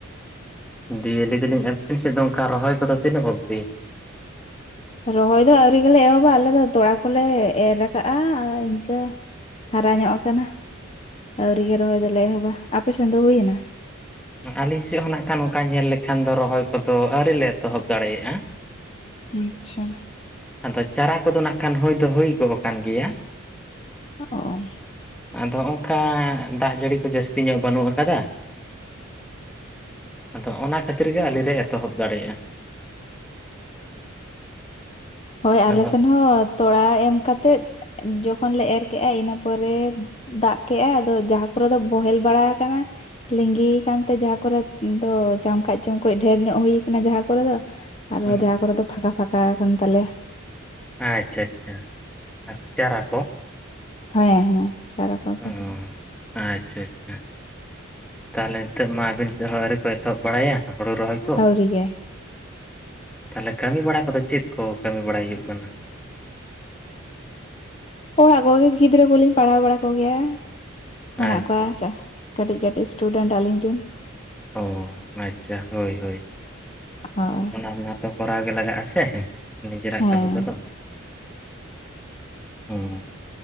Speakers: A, in the centre; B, on the left.
A: ᱫᱤᱭᱮ ᱞᱟᱹᱭ ᱫᱟ. ᱞᱤᱧ ᱟᱵᱤᱱ ᱥᱮᱫ ᱫᱚ ᱚᱱᱠᱟ ᱨᱚᱦᱚᱭ ᱠᱚ ᱫᱚ ᱛᱤᱱᱟᱹᱜ ᱚᱵᱽᱫᱤ
B: ᱨᱚᱦᱚᱭ ᱫᱚ ᱟᱹᱣᱨᱤ ᱜᱮ ᱞᱮ ᱮᱦᱚᱵᱟ ᱟᱞᱮ ᱫᱚ ᱛᱚᱲᱟ ᱠᱚᱞᱮ ᱮᱨ ᱠᱟᱜᱼᱟ ᱤᱱᱠᱟᱹ ᱦᱟᱨᱟ ᱧᱚᱜ ᱟᱠᱟᱱᱟ ᱟᱹᱣᱨᱤ ᱜᱮ ᱨᱚᱦᱚᱭ ᱫᱚᱞᱮ ᱮᱦᱚᱵᱼᱟ, ᱟᱯᱮ ᱥᱮᱱ ᱫᱚ ᱦᱩᱭᱱᱟ
A: ᱟᱞᱤᱧ ᱥᱮᱫ ᱦᱚᱸ ᱱᱟᱜ ᱠᱷᱟᱱ ᱚᱱᱠᱟ ᱧᱮᱞ ᱞᱮᱠᱷᱟᱱ ᱫᱚ ᱨᱚᱦᱚᱭ ᱠᱚᱫᱚ, ᱟᱹᱣᱨᱤᱞ ᱞᱮ ᱮᱛᱚᱦᱚᱵ ᱫᱟᱲᱮᱭᱟᱜᱼᱟ᱾
B: ᱟᱪᱪᱷᱟ ᱾
A: ᱟᱫᱚ ᱪᱟᱨᱟ ᱠᱚᱫᱚ ᱱᱟᱜ ᱠᱷᱟᱱ ᱦᱩᱭ ᱫᱚ ᱦᱩᱭ ᱜᱚᱜ ᱠᱟᱱ ᱞᱮᱭᱟ ᱾
B: ᱚ
A: ᱟᱫᱚ ᱚᱱᱠᱟ ᱫᱟᱜ ᱡᱟᱹᱲᱤ ᱠᱚ ᱡᱟᱹᱥᱛᱤ ᱧᱚᱜ ᱵᱟᱹᱱᱩᱜ ᱟᱠᱟᱫᱟ ᱾ ᱟᱫᱚ ᱚᱱᱟ ᱠᱷᱟᱹᱛᱤᱨ ᱜᱮ ᱟᱞᱤᱞᱮ ᱮᱛᱚᱦᱚᱵ ᱫᱟᱲᱮᱭᱟᱜᱼᱟ ᱾
B: ᱦᱳᱭ ᱟᱞᱮ
A: ᱟᱫᱚ
B: ᱥᱮᱱ ᱦᱚᱸ ᱛᱚᱲᱟ ᱮᱢ ᱠᱟᱛᱮᱜ, ᱡᱚᱠᱷᱚᱱ ᱞᱮ ᱮᱨ ᱠᱮᱜᱼᱟ ᱤᱱᱟᱹ ᱯᱚᱨᱮ ᱾ ᱫᱟᱜ ᱠᱮᱫ ᱟᱭ ᱟᱫᱚ ᱡᱟᱦᱟᱸ ᱠᱚᱨᱮ ᱫᱚ ᱵᱚᱦᱮᱞ ᱵᱟᱲᱟ ᱟᱠᱟᱱᱟ ᱾ ᱞᱤᱸᱜᱤ ᱠᱟᱱ ᱛᱮ ᱡᱟᱦᱟᱸ ᱠᱚᱨᱮ ᱫᱚ ᱪᱟᱢᱠᱟᱡᱼᱪᱚᱢᱠᱚᱡ ᱰᱷᱮᱨ ᱧᱚᱜ ᱦᱩᱭ ᱠᱟᱱᱟ ᱡᱟᱦᱟᱸ ᱠᱚᱨᱮ ᱫᱚ ᱾ ᱟᱨᱦᱚᱸ
A: ᱦᱩᱸ
B: ᱡᱟᱦᱟᱸ ᱠᱚᱨᱮ ᱫᱚ ᱯᱷᱟᱸᱠᱟ ᱯᱷᱟᱠᱟ ᱠᱟᱱ ᱛᱟᱞᱮ ᱾
A: ᱟᱪᱪᱷᱟ ᱟᱪᱪᱷᱟ ᱟᱨ ᱪᱟᱨᱟ ᱠᱚ ᱾
B: ᱦᱮᱸ ᱦᱮᱸ ᱪᱟᱨᱟ ᱠᱚᱜᱮ
A: ᱚ
B: ᱾
A: ᱟᱪᱪᱷᱟ ᱟᱪᱪᱷᱟ ᱛᱟᱦᱚᱞᱮ ᱱᱤᱛᱚᱜ ᱢᱟ ᱟᱹᱵᱤᱱ ᱥᱮᱫ ᱦᱚᱸ ᱟᱹᱣᱨᱤ ᱠᱚ ᱮᱛᱚᱦᱚᱵ ᱵᱟᱲᱟᱭᱟ ᱾ ᱦᱚᱲᱩ ᱨᱚᱦᱚᱭ ᱠᱚ
B: ᱟᱹᱣᱨᱤ
A: ᱾
B: ᱜᱮ
A: ᱛᱟᱦᱚᱞᱮ ᱠᱟᱹᱢᱤ ᱵᱟᱲᱟ ᱠᱚᱫᱚ ᱪᱮᱫ ᱠᱚ ᱠᱟᱹᱢᱤ ᱵᱟᱲᱟᱭ ᱦᱩᱭᱩᱜ ᱠᱟᱱᱟ᱾
B: ᱚᱲᱟᱜ ᱠᱚᱜᱮ ᱜᱤᱫᱽᱨᱟᱹ ᱠᱚᱞᱤᱧ ᱯᱟᱲᱦᱟᱣ ᱵᱟᱲᱟ ᱠᱚᱜᱮᱭᱟ
A: ᱟᱪᱪᱷᱟ
B: ᱢᱮᱱᱟᱜ ᱠᱚᱣᱟ᱾
A: ᱟᱪᱪᱷᱟ
B: ᱠᱟᱹᱴᱤᱡ ᱠᱟᱹᱴᱤᱡ ᱥᱴᱩᱰᱮᱱᱴ ᱟᱹᱞᱤᱧᱤᱱ᱾
A: ᱚ ᱟᱪᱪᱷᱟ ᱦᱳᱭ ᱦᱳᱭ
B: ᱦᱳᱭ
A: ᱚᱱᱟ ᱢᱟᱛᱚ ᱠᱚᱨᱟᱣ ᱜᱮ ᱞᱟᱜᱟᱜᱼᱟ ᱥᱮ᱾ ᱱᱤᱡᱮᱨᱟᱜ
B: ᱦᱮᱸ
A: ᱠᱟᱹᱢᱤ ᱠᱚᱫᱚ ᱦᱩᱸ᱾